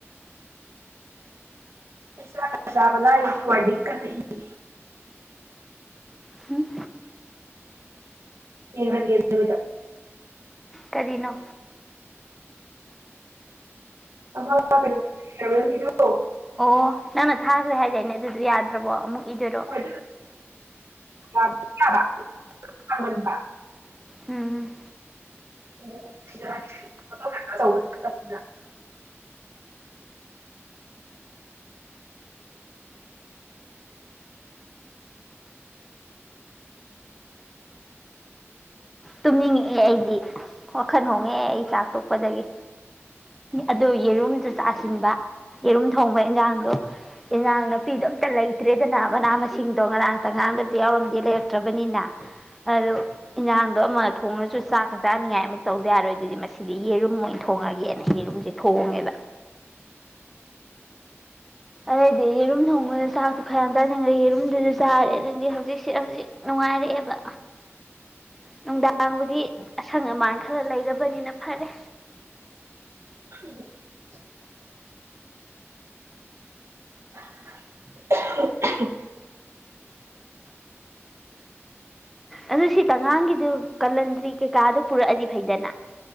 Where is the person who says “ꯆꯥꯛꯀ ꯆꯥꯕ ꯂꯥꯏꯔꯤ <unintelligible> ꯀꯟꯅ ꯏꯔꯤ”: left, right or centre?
Right